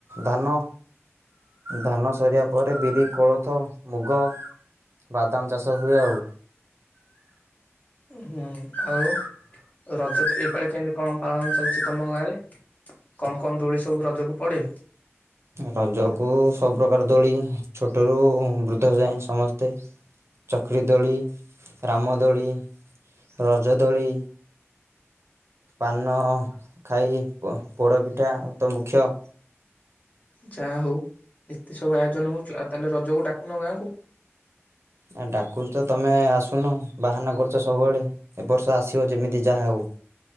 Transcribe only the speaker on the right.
ଧାନ। ଧାନ ସରିବା ପରେ ବିରି, କୋଳଥ, ମୁଗ, ବାଦାମ୍ ଚାଷ ହୁଏ ଆଉ।
ରଜକୁ ସବୁପ୍ରକାର ଦୋଳି ଛୋଟରୁୁ ବୃଦ୍ଧ ଯାଏ ସମସ୍ତେ। ଚକ୍ରିଦୋଳି, ରାମଦୋଳି, ରଜଦୋଳି ପାନ ଖାଇ ବ ପୋଡ଼ପିଠା ତ ମୁଖ୍ୟ।
ଆ ଡାକୁଚି ତ ତମେ ଆସୁନ ବାହାନା କରୁଚ ସବୁବେଳେ ଏ ବର୍ଷ ଆସିବ ଯେମିତି ଯାହା ହଉ।